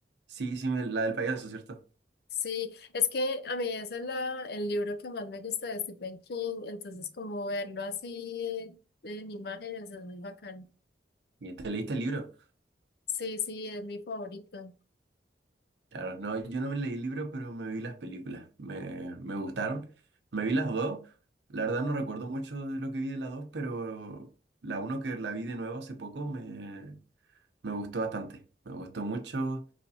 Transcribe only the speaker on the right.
Sí, sí, me- la del payaso, ¿cierto?
¿Y te leíste el libro?
Claro, no, yo no me leí el libro, pero me vi las películas. Me, me gustaron. Me vi las dos. La verdad no recuerdo mucho de lo que vi de las dos, pero la uno que la vi de nuevo hace poco me Me gustó bastante, me gustó mucho